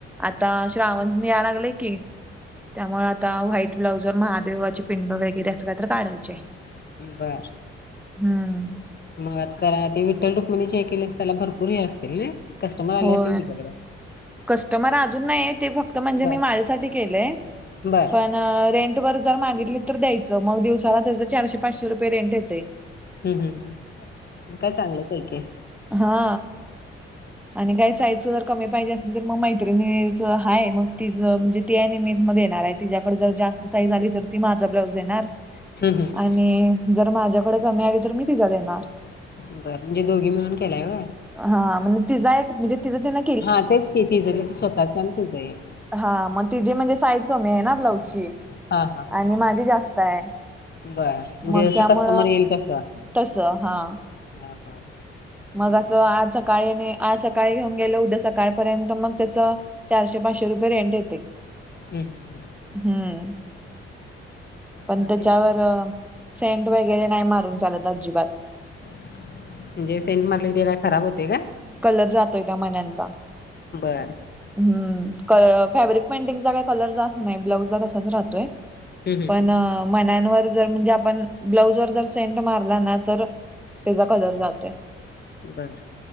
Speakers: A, in the centre; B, on the left.
A: आता श्रावण, निघाया लागलंय की. त्यामुळे आता व्हाईट ब्लाउजवर महादेवाची पिंड वगैरे, असं काय तर काढायचिय.
B: बर
A: हम्म.
B: मग आता का ते विठ्ठल- रुक्मिनीचे हे केलेस, त्याला भरपूर हे असतील, नाय. आले
A: होय
B: असेल तुझ्याकडे.
A: कस्टमर अजून नाहीये. ते फक्त म्हणजे,
B: बर
A: मी माझ्यासाठी केलंय.
B: बर
A: पण अ रेंट वर जर मागितली तर द्यायचं. मग दिवसाला त्याचं, चारशे- पाचशे रुपये रेंट येतय.
B: हम्, हम्, हम्. म काय चांगलंचय की.
A: हा. आणि काही साईजच जर कमी पाहिजे असल, तर मग मैत्रिणीच हाय. मग तीजं म्हणजे ती आणि मी मेज मध्ये येणारायत. तिच्याकड जर जास्त साईज आली तर, ती माझ ब्लाउज देणार
B: हम्म हम्म
A: आणि जर माझ्याकडे कमी आली, तर मी तिजा देणार.
B: बर. म्हणजे दोघी मिळून केलाय होय?
A: हा, म्हणजे तिजा एक, म्हणजे तिजा तिनं
B: हा. तेच की. तिझं- तिज स्वतःच. आणि तुझं एक.
A: हा, मग तिजी म्हणजे साईज कमीय ना, ब्लाऊजची.
B: हा हा हा
A: आणि माझी जास्ताय.
B: बर म्हणजे
A: मग
B: जसं
A: त्यामुळं,
B: कस्टमर येईल तसं
A: तसं. हा.
B: हा, हा.
A: मग असं,
B: बर
A: आज सकाळी आणि आज सकाळी घेऊन गेलं. उद्या सकाळपर्यंत मग त्याचं चारशे- पाचशे रुपये रेंट येतंय.
B: हम्म हम्म
A: हम्म. पण
B: चांगलंय
A: त्याच्यावर सेंट वगैरे, नाही मारून चालत अजिबात.
B: म्हणजे सेंट मारल की ते काय खराब होतय काय?
A: कलर जातोय त्या मण्यांचा.
B: बरं
A: हम्म क-फॅब्रिक पेंटिंगचा काही कलर जात नाही ब्लाऊजला तसाच राहतोय.
B: हम्म हम्म
A: पणं मण्यांन वर जर म्हणजे आपण ब्लाऊज वर जर सेंट मारला ना तर तेजा कलर जातोय.
B: बरं